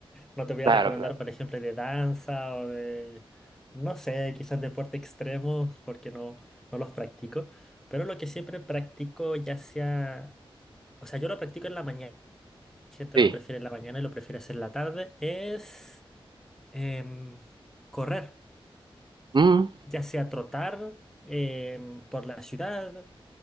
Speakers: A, in the centre; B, on the right.
A: No te voy
B: Claro,
A: a recomendar,
B: claro.
A: por ejemplo, de danza o de, no sé, quizás deporte extremo, porque no, no los practico. Pero lo que siempre practico, ya sea... O sea, yo lo practico en la mañana. La gente
B: Sí.
A: no prefiere la mañana y lo prefiere hacer la tarde, es em, correr,
B: Mm.
A: ya sea trotar em, por la ciudad.